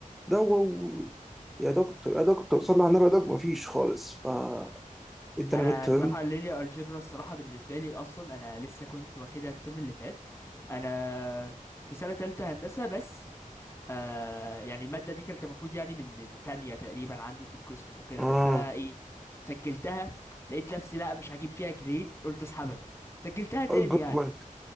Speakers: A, in the centre; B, on the left.
A: ده و... يا دكتور يا دكتور صلى على النبي يا دكتور مفيش خالص فانت
B: اوف انا
A: انا ميد ترم
B: الصراحه اللينير الجبرا الصراحه بالنسبه لي اصلا انا لسه كنت واخدها الترم اللي فات انا في سنه تالتة هندسه بس آه يعني المادة دي كانت المفروض يعني من من تانية تقريبا عندي في القسم وكده
A: اه
B: بس أنا إيه سجلتها لقيت نفسي لا مش هجيب فيها جريد قلت أسحبها سجلتها تاني
A: جود
B: يعني
A: بوينت